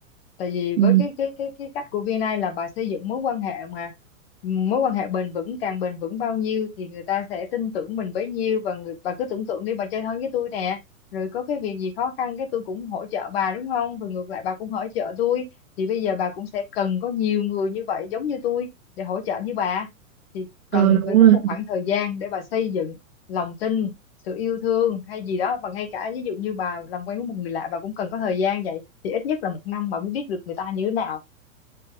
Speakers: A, on the left; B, on the right.
A: tại vì với
B: ừm,
A: cái cái cái cái cách của VNA là bà xây dựng mối quan hệ mà mối quan hệ bền vững càng bền vững bao nhiêu thì người ta sẽ tin tưởng mình bấy nhiêu và người bà cứ tưởng tượng đi bà chơi thân với tôi nè rồi có cái việc gì khó khăn cái tôi cũng hỗ trợ bà đúng không rồi ngược lại bà cũng hỗ trợ tôi thì bây giờ bà cũng sẽ cần có nhiều người như vậy giống như tôi để hỗ trợ như bà cần
B: ờ, đúng
A: phải có
B: rồi
A: một khoảng thời gian để bà xây dựng lòng tin sự yêu thương hay gì đó và ngay cả ví dụ như bà làm quen với một người lạ bà cũng cần có thời gian vậy thì ít nhất là một năm bà mới biết được người ta như thế nào